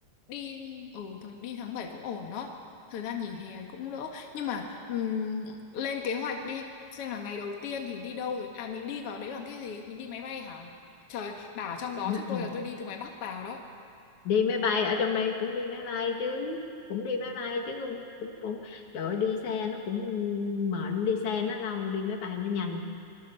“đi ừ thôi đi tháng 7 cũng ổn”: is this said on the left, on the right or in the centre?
Left